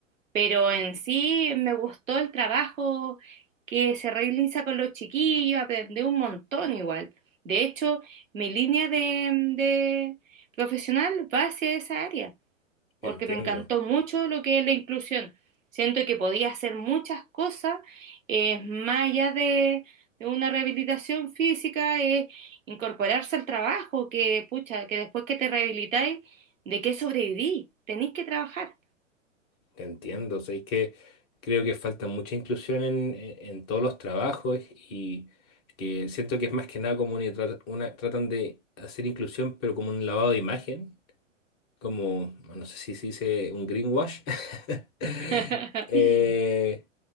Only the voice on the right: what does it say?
Pero en sí me gustó el trabajo que se realiza con los chiquillos, aprendí un montón igual. De hecho, mi línea de, de profesional va hacia esa área, porque
me encantó mucho lo que es la inclusión. Siento que podía hacer muchas cosas, eh, más allá de, de una rehabilitación física, es incorporarse al trabajo, que pucha, que después que te rehabilitáis, ¿de qué sobreviví? Tenéis que trabajar.
<laughs>